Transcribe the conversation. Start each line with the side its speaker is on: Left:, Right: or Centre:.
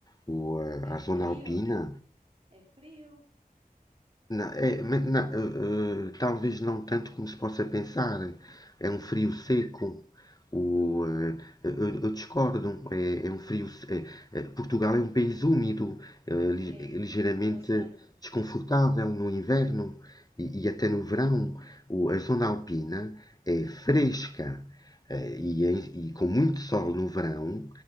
Left: ou, eh, à
Right: É
Left: zona
Right: frio?
Left: alpina.
Right: É frio?
Left: Não, é, mas não, eh, eh, talvez não tanto como se possa pensar. É um frio seco. O, eh, eu, eu discordo. É, é um frio. se- é, eh, Portugal é um país úmido, eh, li-
Right: Sim,
Left: ligeiramente
Right: bastante.
Left: desconfortável no inverno e, e até no verão. O- a zona alpina é fresca, eh, e, em- e com muito sol no verão.